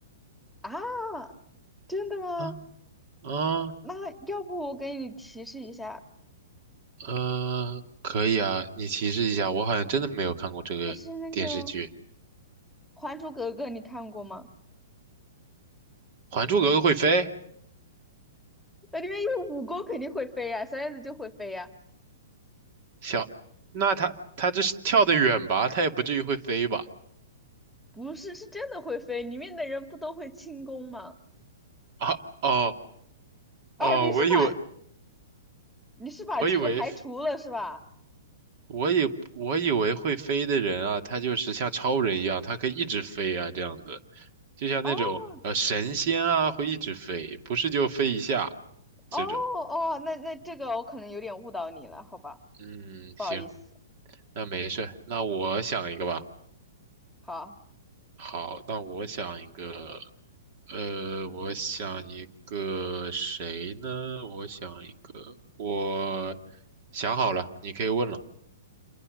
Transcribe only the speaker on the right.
啊啊
呃，可以啊，你提示一下，我好像真的没有看过这个电视剧。
《还珠格格》会飞，
小，那他他这是跳得远吧？他也不至于会飞吧？
啊哦
哦，
我以为
我以为我以我以为会飞的人啊，他就是像超人一样，他可以一直飞啊，这样子，就像那种呃神仙啊，
会一直飞，不是就飞一下
这种。
嗯，
行，那没事儿那我想一个吧。
好，那我想一个，呃，我想一个谁呢？我想一个，我想好了，你可以问了。